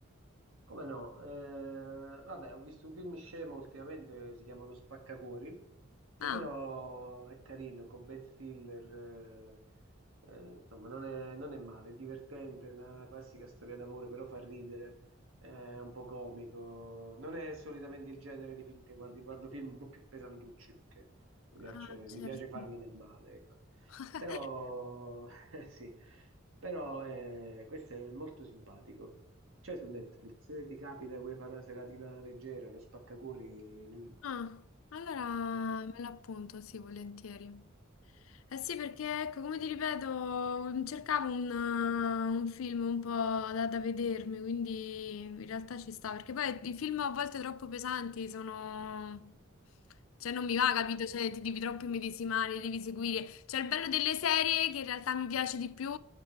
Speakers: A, on the right; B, on the left.
A: Come no? Eh, vabbè, ho visto un film scemo ultimamente, si chiama Lo Spaccacuori, che
B: Ah,
A: però è carino, con Ben Stiller, eh, eh, insomma, non è, non è male, è divertente, è una classica storia d'amore, però fa ridere, è un po' comico. Non è solitamente il genere di film che guardi, guardo film un po' più pesantucci, perché mi
B: ah,
A: piace,
B: certo.
A: mi piace farmi del male, ecco.
B: <laughs>
A: Però, <laughs> sì, però eh, questo è molto simpatico. C'è su Netflix, se ti capita e vuoi fare una seratina leggera, lo spaccacori non è male.
B: Ah, allora me l'appunto, sì, volentieri. Eh sì,
A: Eh,
B: perché ecco, come ti ripeto, cercavo un, uh, un film un po' da, da vedermi, quindi in realtà ci sta, perché poi i film a volte troppo pesanti sono... Cioè non mi va, capito?
A: no.
B: Cioè ti devi troppo immedesimare, li devi seguire. Cioè il bello delle serie, che in realtà mi piace di più,